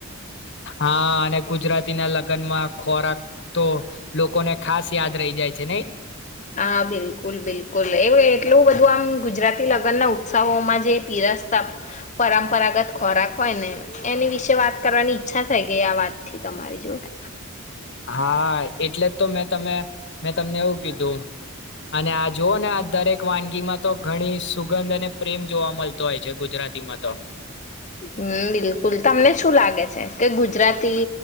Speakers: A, on the left (about 55°); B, on the left (about 35°).
A: હા અને ગુજરાતી ના લગ્નમાં ખોરાક તો લોકોને ખાસ યાદ રહી જાય છે નને
B: હા બિલકુલ બિલકુલ એવું એટલું બધું આમ ગુજરાતી લગ્નના ઉત્સવોમાં જે પીરસતા પરંપરાગત ખોરાક હોય ને એની વિશે વાત કરવાની ઈચ્છા થઈ ગઈ આ વાતથી તમારી જોડે
A: હા એટલે જ તો મેં તમે મેં તમને એવું કીધું અને આ જોુવ ને આ દરેક વાનગીમાં તો ઘણી સુગંધ અને પ્રેમ જોવા મળતો હોય છે ગુજરાતીમાં તો
B: હમ બિલકુલ તમને શું લાગે છે કે ગુજરાતી